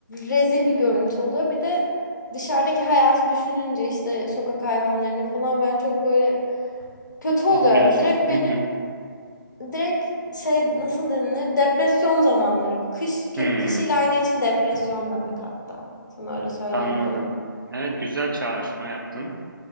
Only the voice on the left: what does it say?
Rezil bir görüntü oluyor. Bir de dışarıdaki hayatı düşününce işte sokak hayvanlarını falan ben çok böyle kötü oluyorum.
Direkt benim
direkt şey nasıl denilir? Depresyon zamanlarım. Kış ke-
kış İlayda için depresyon demek hatta. Sana öyle söyleyebilirim.